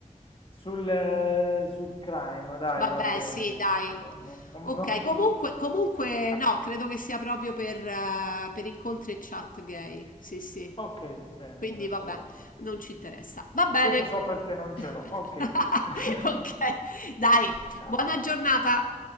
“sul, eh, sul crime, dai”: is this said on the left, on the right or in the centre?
Left